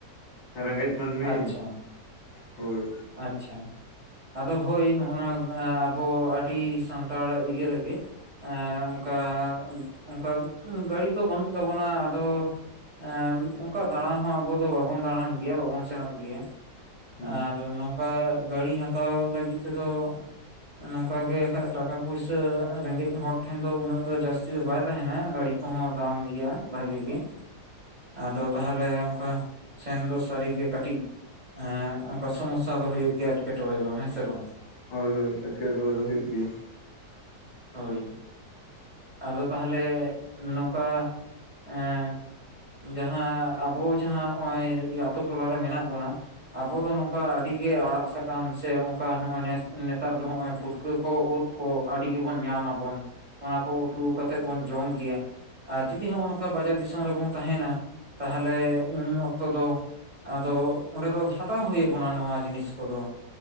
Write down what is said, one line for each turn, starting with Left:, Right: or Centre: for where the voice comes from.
Left: ᱨᱮᱸᱜᱮᱡ ᱢᱟᱹᱱᱢᱤ
Right: ᱟᱪᱪᱷᱟ
Left: ᱦᱳᱭ᱾
Right: ᱟᱪᱪᱷᱟ, ᱟᱫᱚ ᱦᱳᱭ ᱦᱚᱸᱜ-ᱚ ᱱᱚᱣᱟ ᱮᱸ ᱟᱵᱚ ᱟᱹᱰᱤ ᱥᱟᱱᱛᱟᱲ ᱤᱭᱟᱹ ᱨᱮᱜᱮ, ᱮᱸ ᱚᱱᱠᱟ ᱚᱱᱠᱟ ᱜᱟᱹᱲᱤ ᱠᱚ ᱵᱟᱹᱱᱩᱜ ᱛᱟᱵᱚᱱᱟ ᱟᱫᱚ ᱮᱸ ᱚᱱᱠᱟ ᱫᱟᱬᱟ ᱦᱚᱸ ᱟᱵᱚ ᱫᱚ ᱵᱟᱵᱚᱱ ᱫᱟᱬᱟᱱ ᱜᱮᱭᱟ ᱵᱟᱵᱚᱱ ᱥᱮᱱᱚᱜ ᱜᱮᱭᱟ᱾ ᱟᱨ
Left: ᱦᱳᱭ
Right: ᱟᱨ ᱱᱚᱝᱠᱟ ᱜᱟᱹᱲᱤ ᱦᱟᱛᱟᱣ ᱞᱟᱹᱜᱤᱫ ᱛᱮᱫᱚ ᱱᱚᱝᱠᱟ ᱜᱮ ᱠᱷᱟᱡ ᱴᱟᱠᱟ ᱯᱩᱭᱥᱟᱹ ᱨᱮᱸᱜᱮᱡ ᱦᱚᱲ ᱴᱷᱮᱱ ᱫᱚ ᱩᱱᱟᱹᱜ ᱫᱚ ᱡᱟᱹᱥᱛᱤ ᱫᱚ ᱵᱟᱭ ᱛᱟᱦᱮᱱᱟ ᱜᱟᱹᱲᱤ ᱠᱚᱦᱚᱸ ᱫᱟᱢ ᱜᱮᱭᱟ ᱵᱷᱟᱜᱮ ᱜᱮ᱾ ᱟᱫᱚ ᱛᱟᱦᱚᱞᱮ ᱚᱱᱠᱟ ᱥᱮᱱ ᱫᱚ ᱥᱟᱹᱨᱤᱜᱮ ᱠᱟᱹᱴᱤᱡ ᱮᱸ ᱚ ᱠᱟ ᱥᱚᱢᱚᱥᱥᱟ ᱫᱚ ᱦᱩᱭᱩᱜ ᱜᱮᱭᱟ ᱮᱴᱠᱮᱴᱚᱬᱮ ᱫᱚ, ᱦᱮᱸ ᱥᱮ ᱵᱟᱝ?
Left: ᱦᱳᱭ ᱦᱳᱭ ᱮᱠᱮᱴᱚᱬᱮ ᱫᱚ ᱦᱩᱭᱩᱜ ᱜᱮᱭᱟ᱾
Right: ᱦᱳᱭ᱾ ᱟᱫᱚ ᱛᱟᱦᱚᱞᱮ ᱱᱚᱝᱠᱟ ᱮᱸ ᱡᱟᱦᱟᱸ ᱟᱵᱚ ᱡᱟᱦᱟᱸ ᱦᱚᱸᱜ-ᱚᱭ ᱤᱭᱟᱹ ᱟᱛᱳ ᱴᱚᱞᱟ ᱨᱮ ᱢᱮᱱᱟᱜ ᱵᱚᱱᱟ, ᱟᱵᱚ ᱫᱚ ᱱᱚ ᱠᱟ ᱟᱹᱰᱤ ᱜᱮ ᱟᱲᱟᱜ ᱥᱟᱠᱟᱢ ᱥᱮ ᱚᱱᱠᱟ ᱦᱚᱸᱜᱼᱚᱭ ᱱᱮᱥ ᱱᱮᱛᱟᱨ ᱫᱚ ᱦᱚᱸᱜᱼᱚᱭ ᱯᱷᱩᱴᱠᱟᱹ ᱠᱚ ᱩᱫ ᱠᱚ ᱟᱹᱰᱤ ᱜᱮᱵᱚᱱ ᱧᱟᱢ ᱟᱵᱚᱱ, ᱚᱱᱟ ᱠᱚ ᱩᱛᱩ ᱠᱟᱛᱮᱫ ᱵᱚᱱ ᱡᱚᱢ ᱜᱮᱭᱟ᱾ ᱟᱨ ᱡᱩᱫᱤ ᱦᱚᱸᱜᱼᱚ ᱱᱚᱝᱠᱟ ᱵᱟᱡᱟᱨ ᱫᱤᱥᱚᱢ ᱨᱮᱵᱚᱱ ᱛᱟᱦᱮᱱᱟ, ᱛᱟᱦᱚᱞᱮ ᱩᱱ ᱚᱠᱛᱚ ᱫᱚ ᱟᱫᱚ ᱚᱸᱰᱮ ᱫᱚ ᱦᱟᱛᱟᱣ ᱦᱩᱭ ᱟᱵᱚᱱᱟ ᱱᱚᱣᱟ ᱡᱤᱱᱤᱥ ᱠᱚᱫᱚ᱾